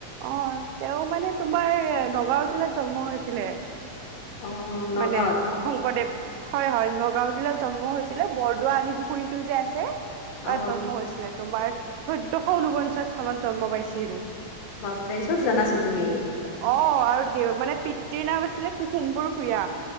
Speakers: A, on the right; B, on the left.
A: অ, তেওঁ মানে তোমাৰ নগাঁও জিলাত জন্ম হৈছিলে।
B: অ নগাঁৱত
A: মানে শংকৰদেৱ হয়-হয় নগাঁও জিলাত জন্ম হৈছিলে, বৰদোৱা আলি পুখুৰীটো যে আছে।
B: অ
A: তাত জন্ম হৈছিলে তোমাৰ চৈধ্যশ ঊনপঞ্চাশ চনত জন্ম পাইছিল।
B: বাপৰে চব জানাচোন তুমি।
A: অ, আৰু দেউ মানে পিতৃৰ নাম আছিলে কুসুম্বৰ ভূঞা।